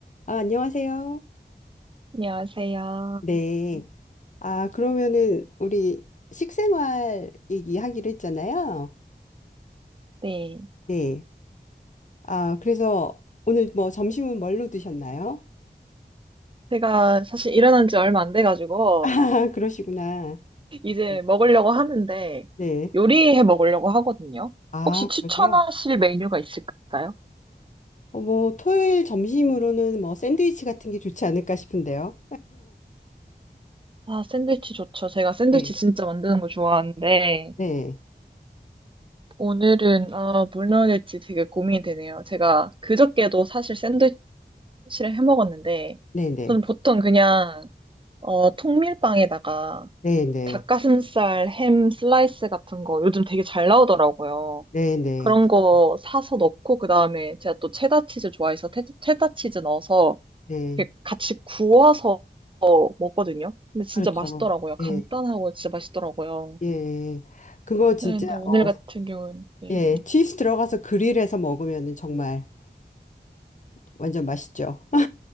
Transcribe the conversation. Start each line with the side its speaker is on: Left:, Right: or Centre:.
Left: 아, 안녕하세요.
Right: 안녕하세요.
Left: 네. 아, 그러면은 우리 식생활 얘기하기로 했잖아요.
Right: 네.
Left: 네. 아, 그래서 오늘 뭐 점심은 뭘로 드셨나요?
Right: 제가 사실 일어난 지 얼마 안 돼가지고,
Left: <laughs> 아, 그러시구나.
Right: 이제
Left: 네.
Right: 먹으려고 하는데,
Left: 네.
Right: 요리해 먹으려고 하거든요.
Left: 아,
Right: 혹시 추천하실
Left: 그러세요?
Right: 메뉴가 있을까요?
Left: 어, 뭐 토요일 점심으로는 뭐 샌드위치 같은 게 좋지 않을까 싶은데요.
Right: 아, 샌드위치 좋죠. 제가 샌드위치
Left: 네.
Right: 진짜 만드는 거 좋아하는데,
Left: 네.
Right: 오늘은, 아, 뭘 넣을지 되게 고민이 되네요. 제가 그저께도 사실 샌드위치를 해 먹었는데,
Left: 네, 네.
Right: 저는 보통 그냥, 어, 통밀빵에다가
Left: 네, 네.
Right: 닭가슴살, 햄 슬라이스 같은 거 요즘 되게 잘 나오더라고요.
Left: 네, 네.
Right: 그런
Left: 그렇죠.
Right: 거 사서 넣고 그다음에 제가 또 체다 치즈 좋아해서 테, 체다 치즈 넣어서
Left: 네.
Right: 이렇게 같이 구워서 먹거든요. 근데 진짜
Left: 그렇죠.
Right: 맛있더라고요. 간단하고
Left: 예.
Right: 진짜 맛있더라고요.
Left: 예. 그거 진짜
Right: 네, 근데 오늘
Left: 어,
Right: 같은 경우는 네.
Left: 예, 치즈 들어가서 그릴해서 먹으면 정말 완전 맛있죠.